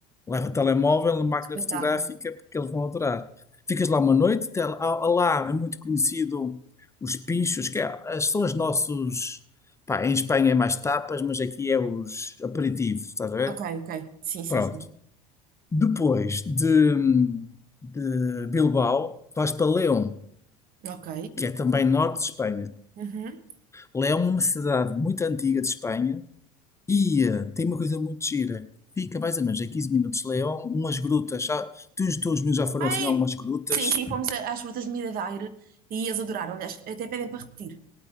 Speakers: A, on the left; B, on the right.
A: Leva telemóvel, máquina
B: Espetáculo.
A: fotográfica, porque eles vão adorar. Ficas lá uma noite, te- há- há lá é muito conhecido os pinchos, que é, as- são os nossos. Pá, em Espanha é mais tapas, mas aqui é os aperitivos, estás a ver?
B: Ok, ok. Sim, sim,
A: Pronto.
B: sim.
A: Depois de, de Bilbao, vais para León,
B: Ok.
A: que é também norte de Espanha.
B: Uhum.
A: Leão é uma cidade muito antiga de Espanha e eh, tem uma coisa muito gira. Fica mais ou menos a 15 minutos de Leão, umas grutas. Já, teus, teus meus já foram
B: Ai,
A: assim a umas grutas.
B: sim, sim, fomos a- às frutas de Miradouro e eles adoraram. Aliás, até pedem para repetir.